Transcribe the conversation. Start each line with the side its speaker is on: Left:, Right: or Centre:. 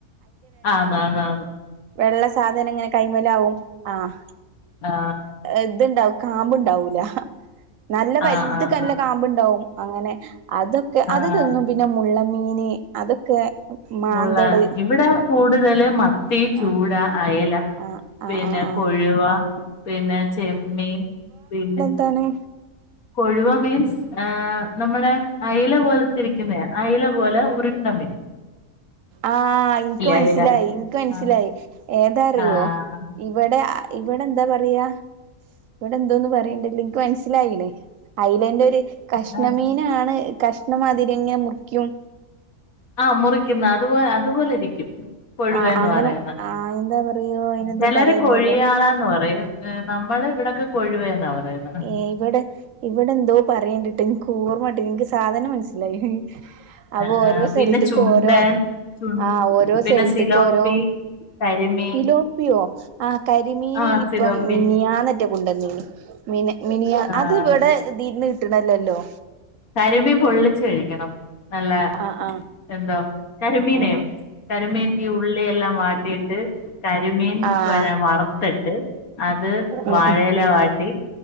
Left: ആ ആ
Right: വെള്ള സാധനങ്ങനെ കൈമലാവും ആഹ്
Left: ആ
Right: ഇത്ണ്ടാവും കാമ്പ് ഉണ്ടാവൂല നല്ല വലുത്
Left: ആ ആ
Right: നല്ല
Left: ആ
Right: കാമ്പ് ഉണ്ടാവും അങ്ങനെ അതൊക്കെ
Left: ആ
Right: അത് തിന്നും പിന്നെ മുള്ളൻ മീന് അതൊക്കെ മാന്തള്
Left: മുള്ള ഇവിടെ കൂടുതല് മാ ത്തി ചൂട
Right: ആഹ്
Left: അയല
Right: ആഹ് ആഹ്
Left: പിന്നെ
Right: ആഹ് ആഹ്
Left: കൊഴുവ പിന്നെ ചെമ്മീൻ പിന്നെ
Right: തന്നെ
Left: കൊഴുവ മീൻ ആഹ് നമ്മുടെ അയല പോലെത്തിരിക്കുന്ന അയല പോലെ ഉരുണ്ടമീൻ
Right: ആഹ് ഇനിക്ക് മനസ്സിലായി
Left: അയല
Right: ഇനിക്ക് മനസ്സിലായി
Left: ആഹ്
Right: ഏതാ അറിയോ
Left: ആഹ്
Right: ഇവിടെ ഇവിടെ എന്താ പറയാ ഇവിടെ എന്തോന്ന് പറയണ്ടല്ലോ എനിക്ക് മനസ്സിലായില്ലേ അയിലേടരു കഷ്ണമീനാണ്
Left: ആഹ്
Right: കഷ്ണംമാതിരിങ്ങനെ മുറിക്കും
Left: ആഹ് മുറിക്കും അത്പോ അതുപോലെ ഇരിക്കും കൊഴുവന്ന്
Right: ആ അങ്ങനെ
Left: പറയുന്ന
Right: ആ എന്താ പറയോ അയിനെന്തോ
Left: ചിലര്
Right: പറയണ്ടല്ലോ
Left: കൊഴിയാളാന്ന് പറയും നമ്മള് ഇവിടെൊക്കെ കൊഴുവേ എന്നാ പറയുന്നത്
Right: ഏ ഇവിടെ ഇവിടെ എന്തോ പറയേണ്ടട്ട്നക്ക് ഓർമട്ടിനില്ല എനിക്ക് സാധനം മനസ്സിലായി അപ്പൊ
Left: ആഹ്
Right: ഓരോ സ്ഥലത്ക്
Left: പിന്നെ ചുണ്ടൻ
Right: ഓരോ
Left: ചു
Right: ആ ഓരോ
Left: പിന്നെ
Right: സ്ഥലത്ക്
Left: സിലോപ്പി
Right: ഓരോ
Left: കരിമീൻ
Right: സിലോപ്പിയോ ആ കരിമീന്
Left: ആഹ്
Right: ഇപ്പം
Left: സിലോപ്പി
Right: മിനിയാനെറ്റ് കൊണ്ടന്നീന് മിനിയാ
Left: ആഹ്
Right: അത് ഇവിടെ തീന്ന് കിട്ടണല്ലല്ലോ
Left: കരിമീൻ പൊള്ളിച്ചു കഴിക്കണം നല്ല
Right: ആ ആ
Left: എന്തോ കരിമീനേ
Right: ആ
Left: കരിമീൻ ഈ ഉള്ളിയെല്ലാം വാട്ടിയിട്ട് കരിമീൻ
Right: ആഹ്
Left: വറുത്തിട്ട് അത്
Right: ഉം
Left: വാഴയിലെ
Right: ഉം
Left: വാട്ടി